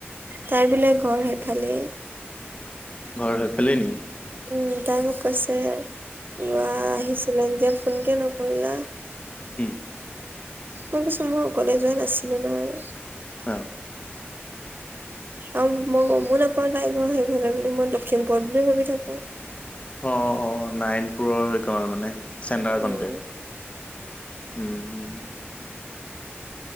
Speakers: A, on the right; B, on the left.
A: তাই বোলে ঘৰ সেইফালেই।
B: ঘৰ সেই ফালেই নেকি?
A: উম তাই মোক কৈছে ওৱাহ আহিছিলে যে ফোন কিয় নকৰিলা?
B: উম।
A: মই কৈছো, মই অকলে যোৱা নাছিলো নহয়।
B: অ।
A: অ, মই গমো নাপাও তাই ঘৰ সেইফালে বুলি মই লক্ষিমপুৰত বুলি ভাবি থাকো।
B: অ অ নাৰায়নপুৰ হৈ গল মানে চেণ্টাৰ
A: উম
B: কণ্টে। উম।